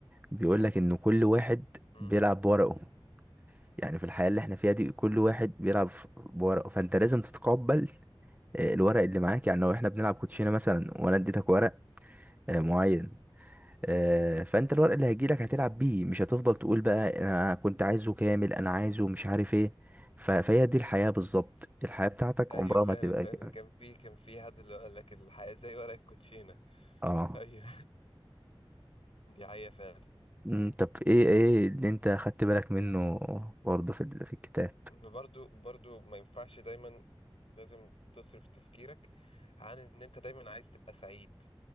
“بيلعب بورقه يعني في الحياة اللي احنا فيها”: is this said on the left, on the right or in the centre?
Right